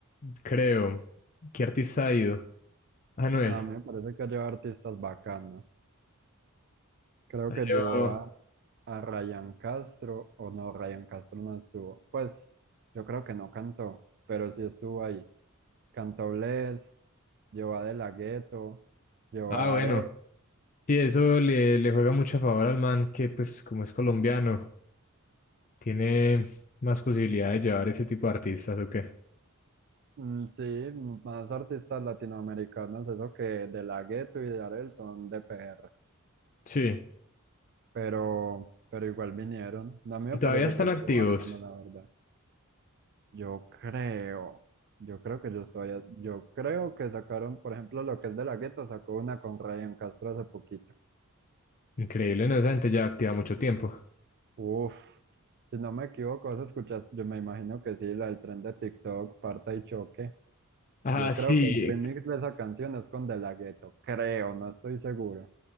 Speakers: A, on the left; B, on the right.
A: creo. ¿Qué artista ha ido? Anuel.
B: A mí me parece que lleva artistas bacanos. Creo que llevó
A: Yo...
B: a, a Ryan Castro, o no, Ryan Castro no estuvo. Pues yo creo que no cantó, pero sí estuvo ahí. Cantó Bless, llevó a De La Ghetto, llevó
A: Ah,
B: a Daré.
A: bueno. Sí, eso le, le juega mucho a favor al man que, pues, como es colombiano, tiene más posibilidad de llevar ese tipo de artistas, ¿o qué?
B: Mm, Sí, más artistas latinoamericanos, eso que De La Ghetto y Daré son de PR.
A: Sí.
B: pero, pero igual vinieron. A mí
A: Y
B: me
A: todavía
B: parece
A: están
B: que estuvo
A: activos.
B: bacano, la verdad. Yo creo, yo creo que yo estoy, a- yo creo que sacaron, por ejemplo, lo que es de la gueto, sacó una con Ryan Castro hace poquito.
A: Increíble, ¿no? Esa gente ya activa mucho tiempo.
B: Uf, si no me equivoco, vas a escuchar, yo me imagino que sí, la del tren de TikTok, Parta y Choque.
A: Ah,
B: Yo creo
A: sí.
B: que el remix de esa canción es con De La Ghetto, creo, no estoy seguro.